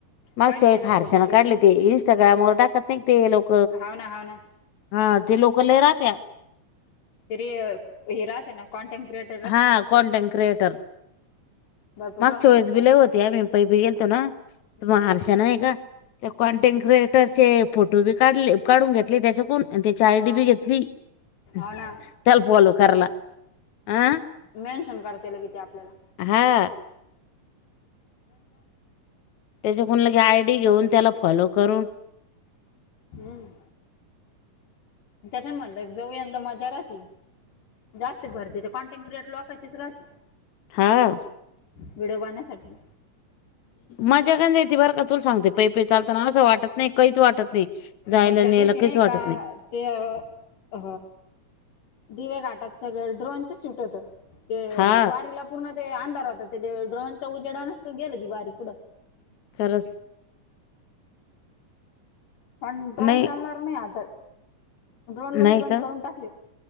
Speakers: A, on the left; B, on the left.
A: माग
B: काढते
A: चॉईस
B: ना
A: हारशन
B: फोटोशूट
A: काढली ते इंस्टाग्रामवर टाकत नाही ते लोक
B: हाव ना हाव ना
A: हा ते लोक लय राहत्या.
B: तिरी हराहात ना कॉनटें क्रिएट <inaudible>
A: हा कॉनटेंट क्रिएटर
B: भरपूर
A: मग
B: राहत्या
A: चोईस
B: त्याच्यामध्ये.
A: बिले होती मी पई बी गेलतो ना तु
B: हम्म.
A: म हरश नाही का <unintelligible> त्या कॉन्टेंट क्रिएटरचे फोटो बी काढले काढून घेतले त्याच्या कोण. आणि ते आयडी
B: हा
A: बी घेतली त्याल
B: हो ना
A: फॉलो करायला. आ
B: मेनशन करताल किती आपल्याला
A: हा त्याच्या कुणाला आयडी घेऊन त्याला फॉलो करून
B: हम्म त्याच्यान म्हटलं जवळ यंदा मजाहती जास्त भरते ते कॉन्टेंट क्रिएयट हची सुरवात
A: हां
B: व्हिडिओ बनवण्या साठी
A: मजा क येते बरं का तुला सांगते पैपे चालताना असं वाटतं नाही काहीच वाटतं नाही. जायला
B: मग त्या
A: न्यायला
B: दिवशी
A: काहीच
B: नाही
A: वाटत
B: का ते अ दिवे घाटात सगळं ड्रोनच शुट होत. ते
A: हा
B: वारीला पूर्ण ते अंधार होतात ते ड्रोनच्या उजेडाच गेलं ती वारी पुढं
A: खरंच
B: पण ड्रोन
A: नाही
B: चालणार नाही आता. ड्रोन लगेच
A: नाही
B: बंद
A: का
B: करून टाक